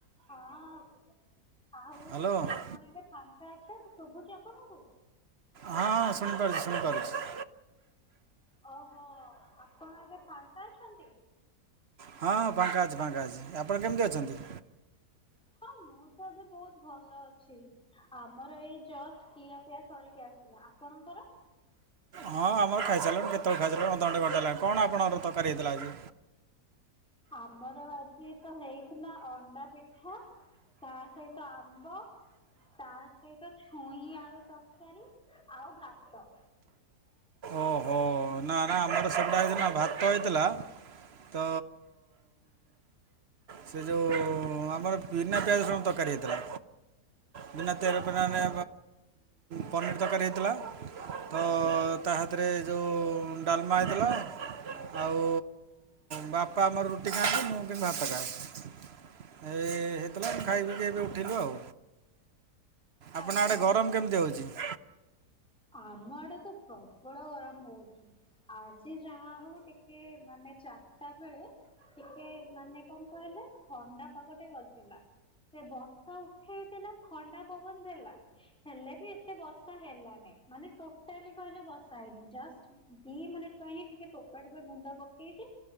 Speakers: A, in the centre; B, on the right.
A: ହଁ ଆଉ
B: ହ୍ୟାଲୋ ହଁ
A: ଆପଣ ଏବେ ଫାଙ୍କା ଅଛନ୍ତି ଶୁଭୁଛି ଆପଣଙ୍କୁ।
B: ହଁ ଶୁଣିପାରୁଛି ଶୁଣିପାରୁଛି।
A: ଓହୋ ଆପଣ ଏବେ ଫାଙ୍କା ଅଛନ୍ତି।
B: ହଁ ଫାଙ୍କା ଅଛି ଫାଙ୍କା ଅଛି। ଆପଣ କେମିତି ଅଛନ୍ତି?
A: ହଁ ମୁଁ ତ ଏବେ ବହୁତ ଭଲ ଅଛି। ଆମର ଏଇ ଜଷ୍ଟ ଖିଆ ପିଆ ସରିକି ଆସିଲା। ଆପଣଙ୍କର
B: ହଁ ଆମର ଖାଇସାରିଲୁଣି କେତେବେଳୁ ଖାଇସାରିଲୁଣି ଅଧଘଣ୍ଟେ ଘଣ୍ଟେ ହେଲାଣି। କଣ ଆପଣଙ୍କର ତରକାରୀ ହେଇଥିଲା ଆଜି?
A: ଆମର ଆଜି ତ ହେଇଥିଲା ଅଣ୍ଡା ପିଠା ତା ସହିତ ଆମ୍ବ ତା ସହିତ ଛୁଇଁ ଆଳୁ ତରକାରୀ ଆଉ ଭାତ।
B: ଓହୋ ନା ନା ଆମର ସେଗୁଡ଼ା ହେଇନି ଭାତ ହେଇଥିଲା। ତ ସେ ଯୋଉ ଆମର ବିନା ପିଆଜ ରସୁଣ ତରକାରୀ ହେଇଥିଲା। ବିନା ପିଆଜ ରସୁଣ ଆମେ ପନିର ତରକାରୀ ହେଇଥିଲା। ତା ସାଥିରେ ଜଉ ଡାଲମା ହେଇଥିଲା ଆଉ ବାପା ଆମର ରୁଟି ଖାଆନ୍ତି ମୁଁ କିନ୍ତୁ ଭାତ ଖାାଏ। ଏଇ ହେଇଥିଲା ଆମେ ଖାଇ ପିଇକି ଏବେ ଉଠିଲୁ ଆଉ। ଆପଣ
A: ଆଚ୍ଛା
B: ଆଡ଼େ
A: ଆଚ୍ଛା
B: ଗରମ କେମିତି ହେଉଛି?
A: ଆମ ଆଡ଼େ ତ ପ୍ରବଳ ଗରମ ହଉଛି। ଆଜି ଯାହା ହଉ ଟିକେ ମାନେ ଚାରିଟା ବେଳେ ଟିକେ ମାନେ କଣ କହିଲେ ଥଣ୍ଡା ପାଗଟେ କରିଥିଲା। ସେ ବର୍ଷା ଉଠେଇଥିଲା ଥଣ୍ଡା ପବନ ଦେଲା ହେଲେ ବି ଏତେ ବର୍ଷା ହେଲାନି। ମାନେ ଟୋଟାଲି କହିଲେ ବର୍ଷା ହେଇନି। ଜଷ୍ଟ ଦି ମିନିଟ ପାଇଁ ଟୋପା ଟୋପା ଗୁଣ୍ଡ ପକେଇଛି